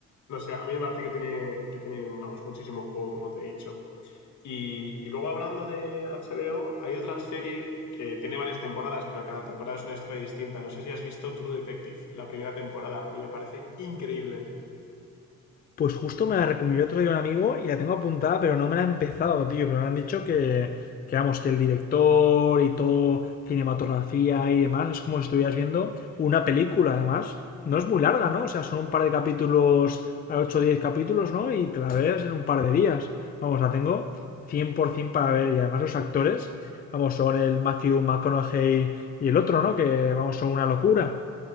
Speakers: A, on the left; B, on the left.
A: no sé, a mí me parece que tiene, que tiene vamos, muchísimo juego, como te he dicho. Y, y luego hablando de HBO, hay otra serie que tiene varias temporadas, pero cada temporada es una historia distinta. No sé si has visto True Detective, la primera temporada. A mí me parece increíble.
B: Pues justo me la recomendó otro día un amigo y la tengo apuntada, pero no me la he empezado, tío. Pero me han dicho que, que vamos, que el director y todo, cinematografía y demás, es como si estuvieras viendo una película, además. No es muy larga, ¿no? O sea, son un par de capítulos, 8 o 10 capítulos, ¿no? Y te la ves en un par de días. Vamos, la tengo 100% para ver. Y además los actores, vamos, son el Matthew McConaughey y el otro, ¿no? Que, vamos, son una locura.